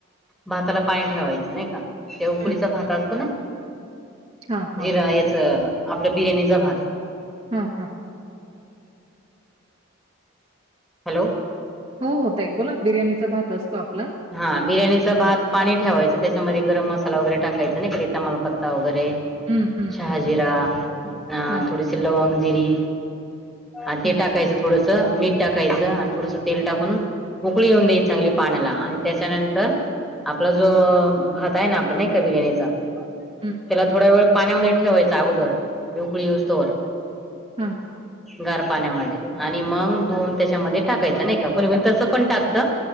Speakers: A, in the centre; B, on the right.
A: भाताला पाणी ठेवायचं नाही का ते उकडीचा
B: हं,
A: भात
B: हं.
A: असतो ना
B: हां, हां.
A: जिरा याच आपलं बिर्याणीचा भात
B: हा हां
A: हॅलो
B: हो होत एक बोला ना बिर्याणीचा भात असतो आपला
A: हा बिर्याणीचा भात पाणी ठेवायचं त्याच्यामध्ये गरम मसाला वगैरे टाकायचा नाही कधी तमालपत्ता वगैरे
B: हं, हं,
A: शहाजीरा
B: हं.
A: अ
B: हां.
A: थोडीशी लवंग जिरी आणि ते
B: हं,
A: टाकायचं थोडंस मीठ टाकायचं आणि थोडस तेल टाकून उकळी येऊन द्यायची चांगली पाण्याला आणि त्याच्यानंतर आपला जो भात आहे ना आपण कवी रेण्याचा त्याला
B: हं.
A: थोड्या वेळ पाण्यामध्ये ठेवायच अगोदर येवकळी स्तोवर
B: हा
A: गार पाण्यामध्ये आणि मग दधोन त्याच्यामध्ये टाकायचं नाही का कोणी को तसं पण टाकत